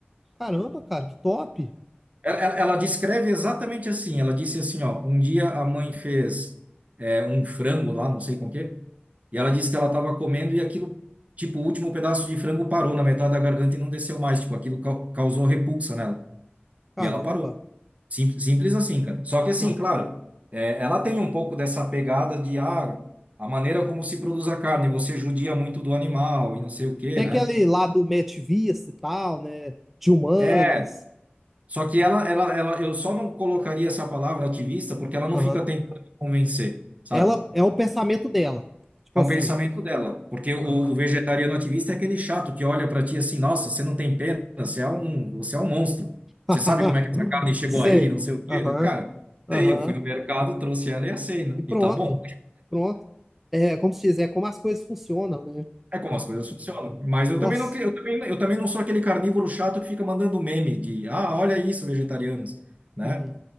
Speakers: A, in the centre; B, on the right.
A: caramba, cara, que top.
B: Ela, ela- ela descreve exatamente assim. Ela disse assim: ó, um dia a mãe fez é, um frango lá, não sei com o quê. E ela disse que ela estava comendo e aquilo, tipo, o último pedaço de frango parou na metade da garganta e não desceu mais. Tipo, aquilo cau- causou repulsa nela.
A: Caramba.
B: E ela parou. Sim, simples assim, cara. Só que assim,
A: Ah.
B: claro, é, ela tem um pouco dessa pegada de, ah, a maneira como se produz a carne, você judia muito do animal e não sei o quê,
A: Tem
B: né?
A: aquele lá do Metivista e tal, né? De humanas.
B: É, Só que ela, ela, ela, eu só não colocaria essa palavra ativista porque ela não
A: Aham.
B: fica tentando me convencer, sabe?
A: Ela é o pensamento dela. Tipo
B: É
A: assim.
B: um pensamento dela, porque o,
A: Aham.
B: o vegetariano ativista é aquele chato que olha para ti assim, nossa, você não tem pena, você é um, você é um monstro.
A: <laughs>
B: Você sabe como é que essa carne chegou
A: Sei.
B: aí, não sei o quê.
A: Aham.
B: Cara,
A: Aham.
B: sei, eu fui no mercado, trouxe ela e assei, né?
A: E pronto.
B: E tá bom.
A: Pronto. É, como se diz, é como as coisas funcionam, né?
B: É como as coisas funcionam. Mas eu
A: Nossa.
B: também não, eu também, eu também não sou aquele carnívoro chato que fica mandando meme de, ah, olha isso, vegetarianos, né?
A: Uhum.